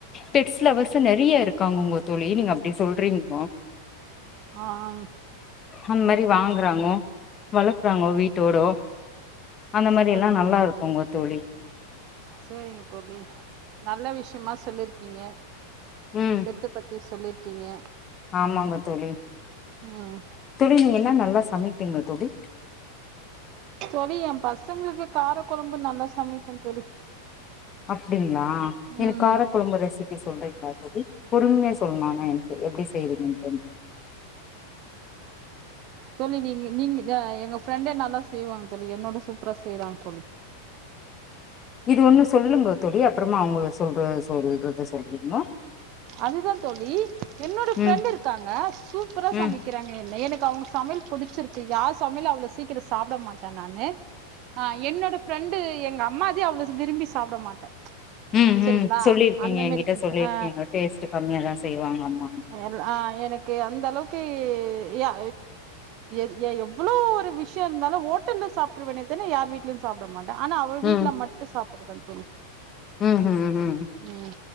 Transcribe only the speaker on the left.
பெட்ஸ் லவ்வர்ஸ் நிறைய இருக்காங்க தோழி நீங்க அப்டி சொல்றீங்ளோ
அந் மாரி வாங்குறாங்கோ வளக்கறாங்கோ வீட்டோடோ அந்த
மாரி எல்லா
நல்லா இருக்குங்க தோழி
ம்
ஆமாங்க தோழி
தோழி நீங்க என்ன நல்லா சமைப்பீங்க தோழி
அப்டிங்ளா எனக்
காரக்கொழம்பு ரெசிப் பி சொல்றீங்லா தோழி பொறுமையா சொல்ணு ஆனா எனக்கு எப்படி செய்யறதுன்டு
இது ஒண்ணு சொல்லுங்க தோழி அப்புறமா அவங்க சொல்ற சொல்றத சொல்லுங்கோ
ம்
ம்
ம்
ம் சொல்லிருக்கீங்க
என்கிட்ட
சொல்லிருக்கீங்க
டேஸ்ட் கம்மியாதா செய்வாங்க அம்மா
ம்
ம்